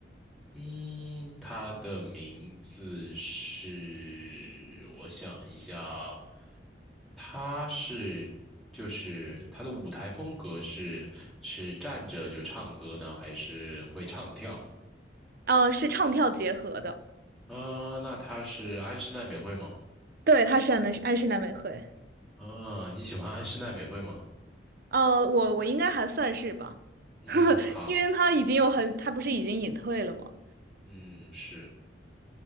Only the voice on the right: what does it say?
呃，是唱跳结合的，
对，她是安南安室奈美惠，
呃，我我应该还算是吧，
<laughs>
因为她已经有很，她不是已经隐退了吗？